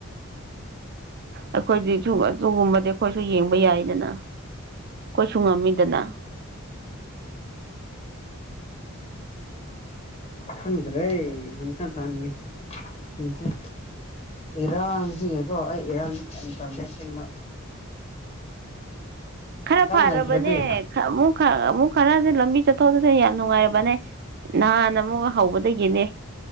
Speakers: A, on the right; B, on the left.
A: ꯑꯩꯈꯣꯏꯁꯤ ꯁ ꯑꯗꯨꯒꯨꯝꯕꯗꯤ ꯑꯩꯈꯣꯏꯁꯨ ꯌꯦꯡꯕ ꯌꯥꯏꯗꯅ ꯑꯩꯈꯣꯏꯁꯨꯨꯡ ꯉꯝꯃꯤꯗꯅ
B: ꯍꯪꯗ꯭ꯔꯦ ꯍꯇ ꯀꯥꯟꯅꯤ ꯁꯤꯁꯦ ꯏꯔꯥꯡꯁꯤꯒꯦꯀꯣ ꯑꯩ ꯏꯔꯥꯡ ꯌꯥꯝ ꯇꯜꯗꯦ ꯁꯦꯡꯅ <unintelligible>
A: ꯈꯔ ꯐꯔꯕꯅꯦ
B: ꯂꯩꯇ꯭ꯔꯗꯤ
A: ꯑꯃꯨꯛ ꯑꯃꯨꯛ ꯈꯔꯁꯦ ꯂꯝꯕꯤ ꯆꯠꯊꯣꯛꯗꯁꯦ ꯌꯥꯝ ꯅꯨꯡꯉꯥꯏꯔꯕꯅꯦ ꯅꯍꯥꯟ ꯑꯃꯨꯛꯒ ꯍꯧꯕꯗꯒꯤꯅꯦ